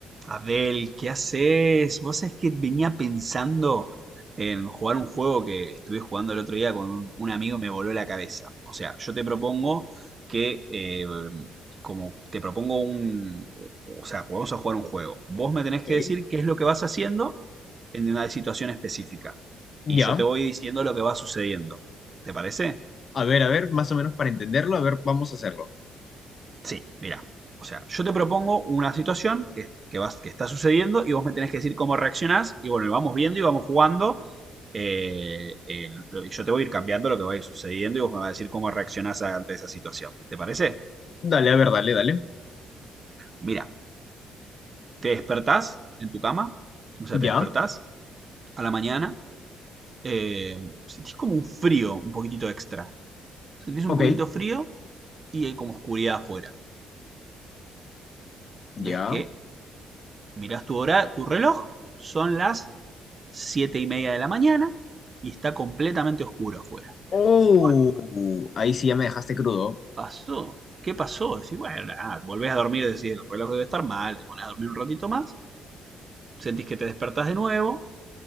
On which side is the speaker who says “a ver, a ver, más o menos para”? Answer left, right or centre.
Left